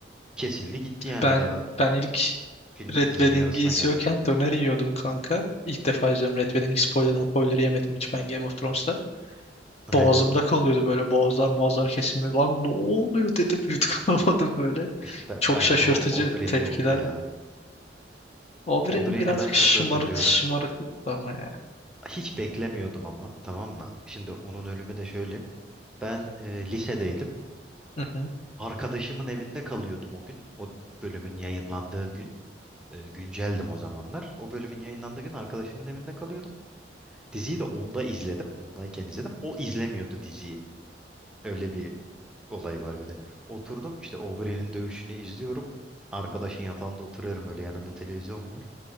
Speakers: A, in the centre; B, on the left.
A: kesildi gitti yani
B: Ben
A: daha
B: ben ilk
A: film
B: Red
A: dizinin
B: Wedding'i
A: yarısına
B: izliyorken
A: gelmeden.
B: döner yiyordum kanka. İlk defa izliyorum Red Wedding spoiler'ımı spoiler yemedim hiç ben Game of Thrones'ta.
A: Aynen.
B: Boğazımda kalıyordu böyle boğazlar boğazlar kesilme. Lan ne oluyor dedim <laughs> yutkunamadım böyle.
A: İşte ben,
B: Çok
A: ben
B: şaşırtıcı
A: de o Oberyn'de
B: tepkiler.
A: oldu ya.
B: Oberyn
A: Oberyn'i
B: birazcık
A: ben çok
B: şımarık
A: hatırlıyorum.
B: şımarıklık ama ya.
A: Hiç beklemiyordum ama tamam mı? Şimdi onun ölümü de şöyle. Ben e, lisedeydim.
B: Hı hı.
A: Arkadaşımın evinde kalıyordum o gün. O bölümün yayınlandığı gün. E, günceldim o zamanlar. O bölümün yayınlandığı gün arkadaşımın evinde kalıyordum. Diziyi de onda izledim. Ondayken izledim. O izlemiyordu diziyi. Öyle bir olay var bir de. Oturdum işte Aubrey'nin dövüşünü izliyorum. Arkadaşın yatağında oturuyorum öyle yanında televizyon var.